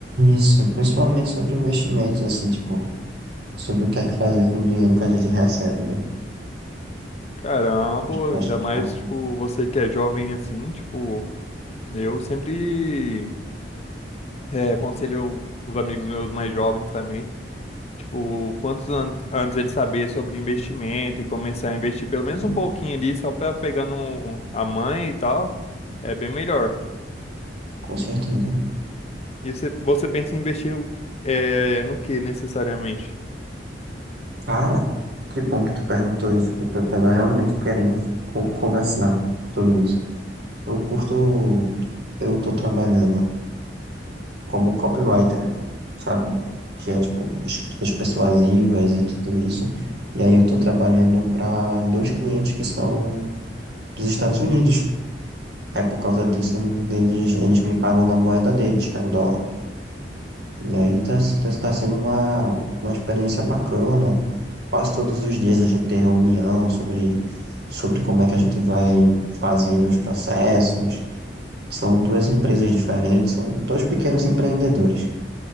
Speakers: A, on the right; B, on the left.
A: Isso, principalmente sobre investimentos, assim, tipo, sobre o que é que fazer com o dinheiro que a gente recebe, né?
B: Caramba,
A: Acho bastante
B: ainda mais,
A: importante,
B: tipo, você que é jovem assim, tipo, eu sempre é, aconselho os amigos meus mais jovens também, tipo, quantos an antes eles saber sobre investimento e começar a investir pelo menos
A: sim,
B: um pouquinho ali, só para pegando um- a mãe e tal, é bem melhor.
A: com certeza.
B: E você, você pensa em investir no, é, no que necessariamente?
A: Cara, que bom que tu perguntou isso, porque eu tava realmente querendo co- conversar sobre isso. Eu curto, eu tô trabalhando como copywriter, sabe? Que é tipo escritas persuasivas e tudo isso. E aí eu tô trabalhando para dois clientes que são dos Estados Unidos. Aí por causa disso, eles, eles me pagam na moeda deles, que é o dólar. E aí tá, tá, tá sendo uma, uma experiência bacana. Quase todos os dias a gente tem reunião sobre, sobre como é que a gente vai fazer os processos. São duas empresas diferentes, são dois pequenos empreendedores.